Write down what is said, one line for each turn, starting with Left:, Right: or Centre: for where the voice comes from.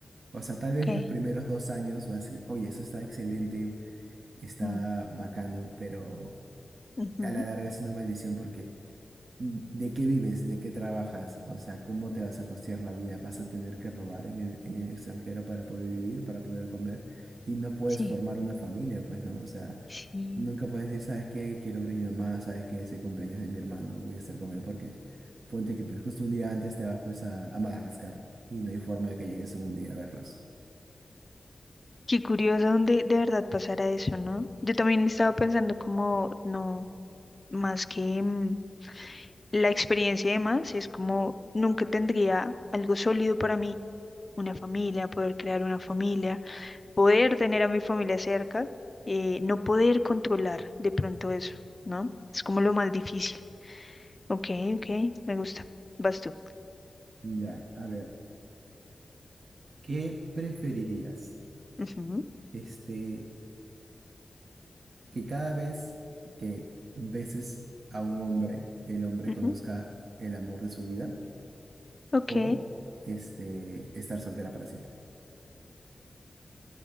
Right: O sea, tal vez
Left: ok.
Right: los primeros dos años vas a decir, oye, eso está excelente, está
Left: Mm,
Right: bacano, pero
Left: ujú,
Right: a la larga es una maldición porque ¿De qué vives? ¿De qué trabajas? O sea, ¿cómo te vas a costear la vida? ¿Vas a tener que robar en el, en el extranjero para poder vivir, para poder comer? Y no puedes
Left: Sí,
Right: formar una familia, pues, ¿no? O sea,
Left: sí.
Right: nunca puedes decir, ¿sabes qué? Quiero ver a mi mamá, ¿sabes qué? ese cumpleaños de mi hermano, voy a estar con él porque ponte que pues justo un día antes te vas pues a, a Madagascar y no hay forma de que llegues en un día a verlos.
Left: Qué curioso donde de verdad pasara eso, ¿no? Yo también estaba pensando como, no, más que... mm, la experiencia y demás es como nunca tendría algo sólido para mí, una familia, poder crear una familia, poder tener a mi familia cerca, eh, no poder controlar de pronto eso, ¿no? Es como lo más difícil. Ok, ok, me gusta. Vas tú.
Right: Ya, a ver, ¿qué preferirías?
Left: Ujú,
Right: Este, que cada vez que beses a un hombre, el hombre
Left: ujú,
Right: conozca el amor de su vida
Left: Ok,
Right: o este, estar soltera para siempre.